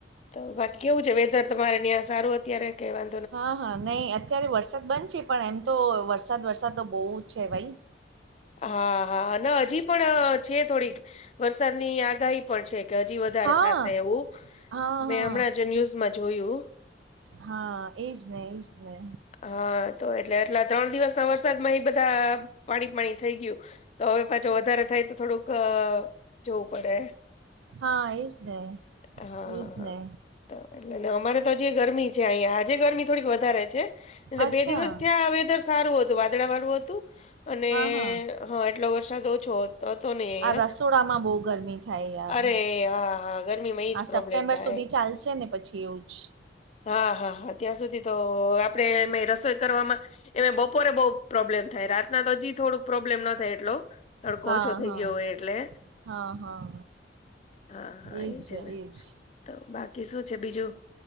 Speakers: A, on the left; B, on the right.
A: તો બાકી કેવું છે વેધર તમારે ત્યાં? સારું અત્યારે કેવા
B: હા, હા, નઈ અત્યારે વરસાદ બંધ છે, પણ એમ તો વરસાદ વરસાદ તો બો છે ભાઈ.
A: હા, હા, ન હજી પણ છે થોડીક. વરસાદ ની આગાહી પણ છે કે, હજી વધારે
B: હા
A: થાશે એવું.
B: હા હા
A: મેં હમણાં જ ન્યૂઝમાં જોયું.
B: હા, એજને એજને.
A: હા, તો એટલે એટલા ત્રણ દિવસના વરસાદમાં એ બધાં પાણી પાણી થઈ ગયું તો, હવે પાછો વધારે થાય, તો થોડુંક જોવું પડે.
B: હા, એજને
A: હા
B: એજને.
A: તો એટલે ને, અમારે તો આજે ગરમી છે, અહીંયા આજે ગરમી થોડીક વધારે છે. એટલે
B: અચ્છા
A: બે દિવસ ત્યાં વેધર સારું હતું, વાદળા વાળું હતું, અને
B: હા હા
A: હ, એટલો વરસાદ ઓછો હોત. તોતો નઈ
B: આ
A: હ,
B: રસોડામાં બહુ ગરમી થાય યાર
A: અરે હા હા, ગરમીમાં એજ
B: આ
A: પ્રોબ્લેમ
B: સપ્ટેમ્બર
A: થાય.
B: સુધી ચાલશે ને, પછી એવું જ.
A: હા, હા, ત્યાં સુધી તો આપડે રસોઈ કરવામાં એ બપોરે બો પ્રોબ્લેમ થાય, રાતના તો હજી થોડુંક પ્રોબ્લેમ ન થાય, એટલો. તડકો
B: હા
A: ઓછો થઈ
B: હા
A: ગયો હોય, એટલે.
B: હા હા
A: હા, હા,
B: એજ
A: એ છેને,
B: એજ
A: તો બાકી શું છે બીજું?